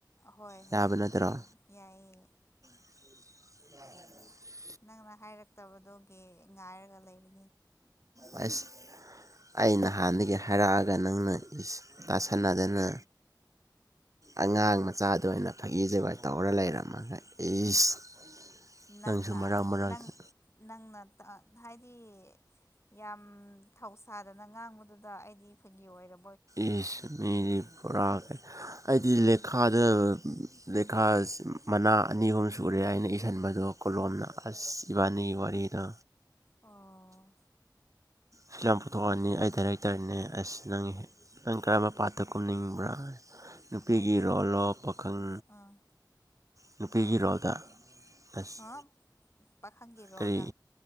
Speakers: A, on the left (about 35°); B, on the right (about 45°).
A: ꯍꯣꯏ ꯍꯣꯏ
B: ꯌꯥꯕ ꯅꯠꯇ꯭ꯔꯣ
A: ꯌꯥꯏ ꯌꯥꯏꯌꯦ
B: <inaudible>
A: ꯅꯪꯅ ꯍꯥꯏꯔꯛꯇꯕꯗꯨꯒꯤ ꯉꯥꯏꯔꯒ ꯂꯩꯕ
B: ꯑꯁ ꯑꯩ ꯅꯍꯥꯟꯗꯒꯤ ꯍꯥꯏꯔꯛꯑꯒ ꯅꯪꯅ ꯏꯁ ꯇꯥꯁꯟꯅꯗꯅ ꯑꯉꯥꯡ ꯃꯆꯥꯗ ꯑꯣꯏꯅ ꯐꯥꯒꯤ ꯖꫭꯒꯥꯏ ꯇꯧꯔ ꯂꯩꯔꯝꯃꯒ ꯏꯁ
A: ꯅꯪꯅ
B: ꯅꯪꯁꯨ ꯃꯔꯛ ꯃꯔꯛꯇ
A: ꯅꯪ ꯅꯪꯅ ꯇ ꯍꯥꯏꯗꯤ ꯌꯥꯝ ꯊꯧꯁꯥꯗꯅ ꯉꯥꯡꯕꯗꯨꯗ ꯑꯩꯗꯤ ꯐꯥꯒꯤ ꯑꯣꯏꯔ
B: ꯏꯁ ꯃꯤꯗꯤ ꯄꯨꯔꯥ ꯑꯩꯗꯤ ꯂꯦꯈꯥꯗ ꯂꯦꯈꯥ ꯃꯅꯥ ꯑꯅꯤ ꯑꯍꯨꯝ ꯁꯨꯔꯦ ꯑꯩꯅ ꯏꯁꯤꯟꯕꯗꯣ ꯀꯣꯂꯣꯝꯅ ꯑꯁ ꯏꯕꯥꯅꯤꯒꯤ ꯋꯥꯔꯤꯗꯣ
A: ꯑꯣ
B: ꯐꯤꯂꯝ ꯄꯨꯊꯣꯛꯑꯅꯤ ꯑꯩ ꯗꯥꯏꯔꯦꯛꯇꯔꯅꯦ ꯑꯁ ꯅꯪ ꯅꯪ ꯀꯔꯝꯕ ꯄꯥꯠꯇ ꯀꯨꯝꯅꯤꯡꯕ꯭ꯔ ꯅꯨꯄꯤꯒꯤ
A: ꯑꯩꯗꯤ
B: ꯔꯣꯜꯂꯣ ꯄꯥꯈꯪ
A: ꯑꯥ
B: ꯅꯨꯄꯤꯒꯤ
A: ꯑꯥ
B: ꯔꯣꯜꯗ ꯑꯁ
A: ꯑꯥ ꯄꯥꯈꯪꯒꯤ ꯔꯣꯜꯗ
B: ꯀꯔꯤ